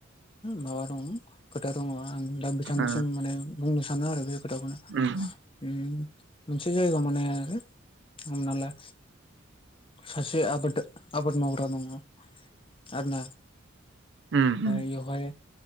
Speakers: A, on the left; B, on the right.
A: माबा दं खोथा दङ आं दा बिथांनिसिम
B: ओ
A: माने बुंनो सानो आरो बे खोथाखौनो
B: उम
A: उ मोनसे जायगा माने हमनालाय सासे आबाद आबाद मावग्रा दङ आरो ना
B: उम
A: एआवहाय